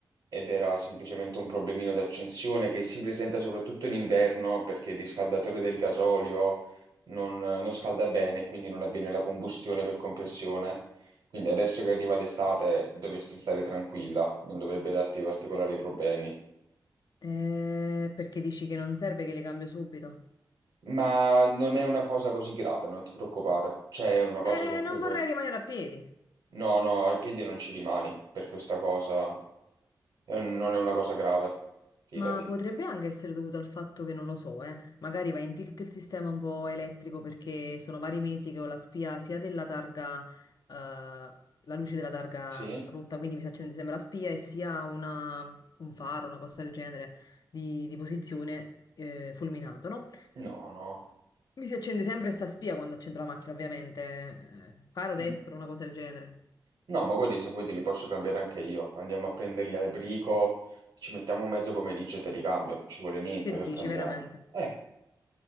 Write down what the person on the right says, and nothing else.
ed era semplicemente un problemino d'accensione che si presenta soprattutto in inverno perché il riscaldatore del gasolio non, non scalda bene, quindi non avviene la combustione per compressione. Quindi adesso che arriva l'estate dovresti stare tranquilla, non dovrebbe darti particolari problemi.
Ma non è una cosa così grave, non ti preoccupare. C'è una
cosa con
cui puoi...
No, no, ai piedi non ci rimani per questa cosa. È un- non è una cosa grave, fidati.
Sì?
No, no.
Mm.
No, ma guardi, se vuoi te li posso cambiare anche io. Andiamo a prenderli al brico, ci mettiamo mezzo pomeriggio e te li cambio. Ci vuole niente
per
cambiarli.
Eh,